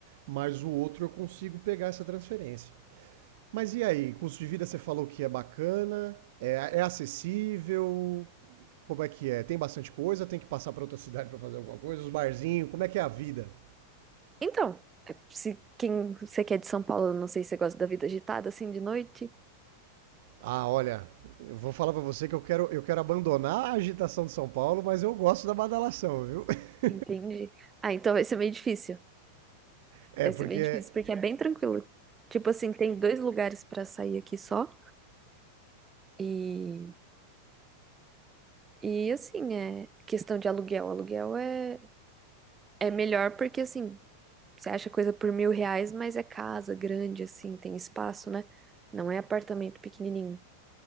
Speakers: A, on the right; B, on the right.
A: mas o outro eu consigo pegar essa transferência. Mas e aí, custo de vida você falou que é bacana, é, é acessível, como é que é? Tem bastante coisa, tem que passar para outra cidade para fazer alguma coisa, os barzinhos, como é que é a vida?
B: Então, é, se quem você quer de São Paulo, eu não sei se você gosta da vida agitada assim de noite,
A: Ah, olha, eu vou falar para você que eu quero, eu quero abandonar a agitação de São Paulo, mas eu gosto da badalação, viu? <laughs>
B: entende? Ah, então vai ser meio difícil.
A: É
B: Vai
A: porque...
B: ser meio difícil porque é bem tranquilo. Tipo assim, tem dois lugares pra sair aqui só e e assim, é questão de aluguel. Aluguel é é melhor porque assim, você acha coisa por mil reais, mas é casa grande assim, tem espaço, né? Não é apartamento pequenininho.